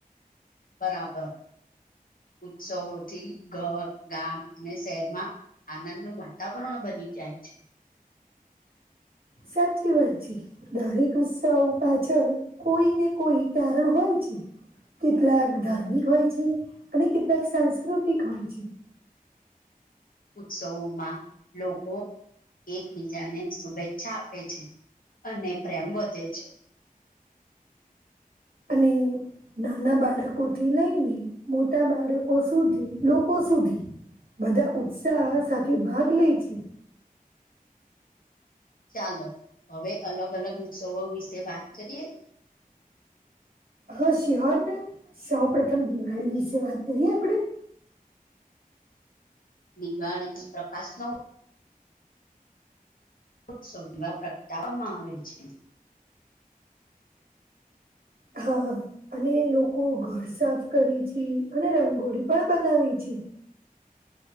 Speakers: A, on the left; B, on the right.
A: બરાબર. ઉત્સવથી ઘર ગામ અને શહેરમાં. આનંદ ન વાતાવરણ બની જાય છે.
B: સાચી વાત છે દારીક ઉસ્સાઓ પાછળ કોઈ ને કોઈ કારણ હોય. કેટલાક ધાર્મિક હોય છે અને કેટલાક સાંસ્કૃતિક હોય છે.
A: ઉત્સવોમાં લોકો. એકબીજાને શુભેચ્છા આપે છે અને પ્રેમ વધે છે. <inaudible>
B: અને. નાના બાળકોથી લઈને મોટા બાળકો સુધી લોકો સુધી. બધા ઉત્સાહ સાથે ભાગ લે છે.
A: ચાલો હવે અલગ અલગ ઉત્સવો વિશે વાત કરીએ.
B: હા શ્યોહરને સૌ પ્રથમ દિવાળી વિશે વાત કરીએ આપણેે.
A: દિવાળી પ્રકાશ ન. ઉત્સોધમાં પ્રગટાવવામાં આવે છે.
B: હા અને લોકો ઘર સાફ કરી છે અને રંગોળી પણ બનાવી છે. પી.